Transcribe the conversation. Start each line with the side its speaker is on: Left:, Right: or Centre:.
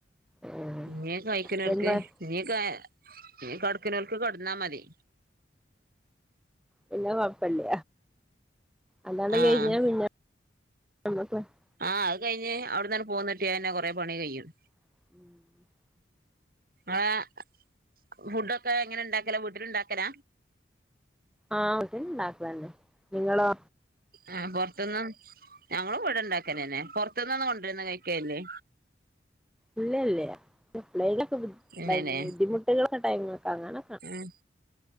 Centre: ഏഹ്
Right: എങ്ങനെ കഴിക്കണൊക്കെ
Centre: ഹസ്ബൻഡ്
Right: ഇനിയൊക്കെ കട്ക്ക്നോൽക്ക് കട്ന്നാ മതി.
Centre: പിന്ന കൊഴപ്പല്ല. അതോണ്ട്
Right: ആഹ്
Centre: കഴിഞ്ഞ പിന്നാ <unintelligible>
Right: ആഹ് അത് കഴിഞ്ഞ് അവിട്ന്നാണ്ട് പോന്നിട്ടിയാഞ്ഞെ കൊറെ പണി കഴിയ്യും.
Centre: <inaudible>
Right: ആഹ് ഫുഡൊക്കെ എങ്ങനെ ഉണ്ടാക്കല് വീട്ടിലുണ്ടാക്കല
Centre: ആഹ് ഇവിടുണ്ടാക്കുവല്ലേ നിങ്ങളോ
Right: ആഹ് പുറത്തുന്നും ഞങ്ങള് ഇവിടെണ്ടാക്കലനെ പുറത്തുന്ന്ഒന്നും കൊണ്ടുവരന്ന് കഴിക്കലില്ലേ
Centre: ഇല്ല ഇല്ലേ എപ്പളേലൊക്കെ
Right: ഇല്ലല്ലേ
Centre: ബുദ്ധിമുട്ടുകളൊക്കെ ടൈമൊക്കഅങ്ങന
Right: ഉം